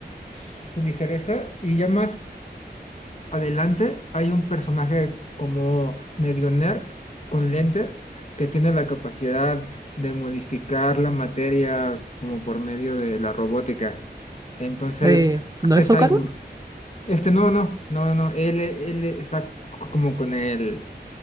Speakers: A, on the left (about 40°); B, on the right (about 20°).
A: su ligereza y ya más adelante hay un personaje como medio nerd con lentes que tiene la capacidad de modificar la materia como por medio de la robótica. Entonces,
B: Eh, ¿no
A: este
B: es
A: cyborg,
B: Socarun?
A: este no, no, no, no, él, él está c- como con el,